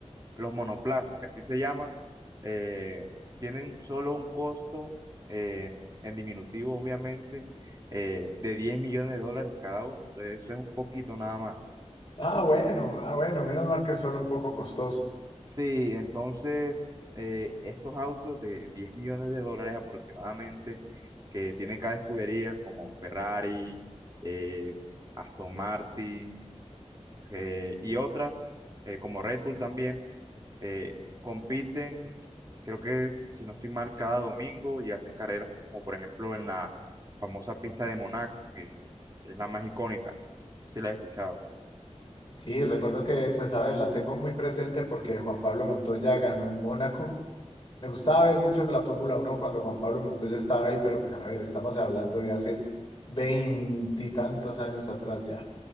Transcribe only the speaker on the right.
los monoplazas, que así se llaman, eh, tienen solo un costo eh, en diminutivo, obviamente, eh, de 10 millones de dólares cada uno. Entonces, eso es un poquito nada más.
Sí, entonces eh, estos autos de 10 millones de dólares aproximadamente que tiene cada escudería como Ferrari, eh, Aston Martin eh, y otras eh, como Red Bull también eh, compiten, creo que si no estoy mal, cada domingo y hacen carreras como por ejemplo en la famosa pista de Monaco, que es la más icónica, se la he escuchado.